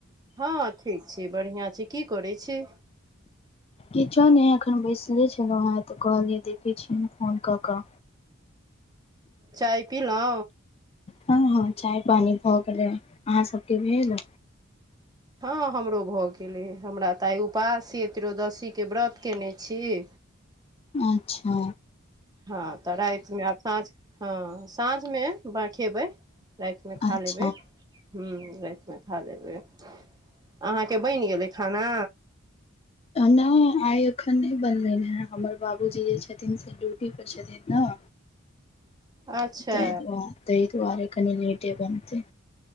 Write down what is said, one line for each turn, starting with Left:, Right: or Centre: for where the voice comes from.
Right: हँ ठीक छी, बढ़िआँ छी, की करैत छी।
Left: किछो नहि एखन बैसले छलहुँ हेँ तऽ कहलियै देखैत छीिय, हम फोन कऽ कऽ।
Right: चाय पी ल।
Left: हँ हँ चाय पानी भऽ गेलै अहाँ सभके भेल।
Right: हँ हमरो भऽ गेलै हमरा तऽ आइ उपास य त्रोदशीके व्रत कयने छियै।
Left: अच्छा
Right: हँ तऽ रातिमे आब साँझ हँ साँझमे खेबै। रातिमे खा
Left: अच्छा
Right: लेबै। ह रातिमे खा लबै। अहाँके बनि गेलै खाना?
Left: नहि आइ एखन नहि बनले हे हमर बाबूजी जे छथिन से ड्यूटी पर छथिन। ह
Right: अच्छा
Left: ददआारे ददआारे क नि लेटे बनते।